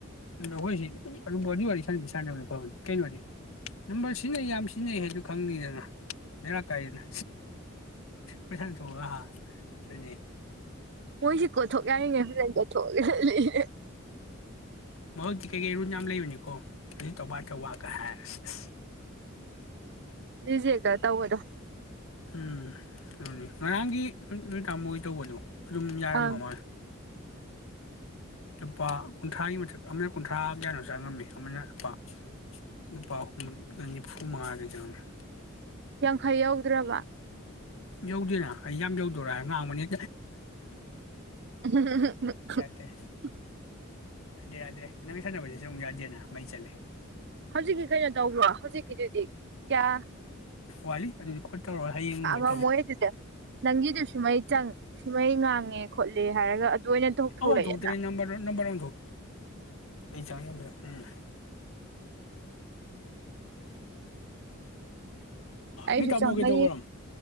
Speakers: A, on the left; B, on the right.
A: ꯑꯩꯈꯣꯏꯁꯤ ꯑꯗꯨ ꯋꯥꯔꯤ ꯁꯥꯟꯅꯗꯤꯤ ꯁꯥꯟꯅꯕꯅ ꯐꯕꯅꯤ ꯀꯩꯅꯣꯗꯤ ꯅꯝꯕꯔ ꯁꯤꯖꯤꯟꯅꯩ ꯌꯥꯝ ꯁꯤꯖꯤꯟꯅꯩ ꯍꯥꯏꯗꯨ ꯈꯪꯉꯤꯗꯅ ꯃꯦꯔꯥ ꯀꯥꯏꯗꯅ ꯄꯩꯁꯥ ꯊꯣꯛ ꯆꯨꯅꯤꯦ
B: ꯃꯣꯏꯁꯤ ꯀꯣꯠꯊꯣꯛ ꯌꯥꯔꯤꯅꯦ ꯐꯖꯅ ꯀꯣꯊꯣꯛꯑꯦ <unintelligible>
A: ꯃꯍꯖꯤꯛꯇꯤ ꯀꯩꯀꯩ ꯔꯨꯠ ꯌꯥꯝ ꯂꯩꯕꯅꯤꯀꯣ ꯑꯗꯨ ꯇꯕꯥ ꯇꯧꯕꯕꯥꯒ ꯍꯥꯏ ꯑꯁ ꯑꯁ
B: ꯁꯤꯑꯒ ꯇꯧꯧꯕꯗꯣ
A: ꯎꯝ ꯑꯗꯨꯅꯤ ꯉꯔꯥꯡꯒꯤꯠ ꯅꯨꯃꯤꯠ ꯇꯥꯃꯣꯣꯏ ꯇꯧꯕꯗꯣ ꯑꯗꯨꯝ ꯌꯥꯔꯝꯕ
B: ꯑꯪ
A: ꯃꯥ ꯂꯨꯄꯥ ꯀꯨꯟꯊ꯭ꯔꯥꯒꯤ ꯃꯊꯛ ꯑꯃꯅ ꯀꯨꯟꯊ꯭ꯔꯥ ꯀꯌꯥꯅꯣ ꯆꯪꯉꯝꯃꯦ ꯅꯅꯄꯥꯥ ꯅꯨꯄꯥꯨꯝꯅꯤꯐꯨ ꯃꯥꯒꯦ ꯆꯉ
B: ꯇꯪꯈꯩ ꯌꯥꯎꯗ꯭ꯔꯕ
A: ꯌꯧꯗꯦꯅ ꯑꯩ ꯌꯥꯝ ꯌꯧꯗꯣꯔꯣ ꯍꯥꯏ ꯉꯥꯡꯕꯅꯤ
B: <unintelligible>
A: ꯌꯥꯗ꯭ꯔꯦ ꯌꯥꯗꯦ ꯌꯥꯗꯦ ꯅꯪꯒꯤ ꯁꯥꯟꯅꯕꯁꯤꯁꯨ ꯑꯃꯨꯛ ꯌꯥꯗꯦꯅ ꯃꯩ ꯆꯠꯂꯦ
B: ꯍꯧꯖꯤꯛꯀꯤ ꯀꯩꯅꯣ ꯇꯧꯕ꯭ꯔꯣ ꯍꯧꯖꯤꯛꯀꯤꯗꯨꯗꯤ ꯀꯌꯥ
A: ꯋꯥꯂꯤ ꯑꯗꯨꯗꯤ ꯈꯣꯠꯇꯧꯔꯣꯏ ꯍꯌꯦꯡꯣꯏ
B: ꯃꯃꯣꯏ ꯑꯗꯨꯗ ꯅꯪꯒꯤꯗꯨꯁꯨ ꯃꯩ ꯆꯪꯉ ꯁꯤꯃꯩ ꯉꯥꯡꯉꯦ ꯈꯣꯠꯂꯦ ꯍꯥꯏꯔꯒ ꯑꯣꯏꯅ ꯊꯣꯛꯂꯛꯑꯦꯅ
A: ꯍ ꯍ ꯍꯧꯣꯏ꯭ꯦꯔꯤ ꯅꯝꯕꯔ ꯅꯝꯕꯔ ꯋꯥꯟ ꯆ ꯌꯥꯝ ꯎꯝ
B: ꯑꯩꯁꯨ
A: ꯅꯣꯏ ꯇꯥꯃꯣ
B: ꯆꯪꯉ
A: ꯀꯩꯗꯧꯒ꯭ꯔꯝ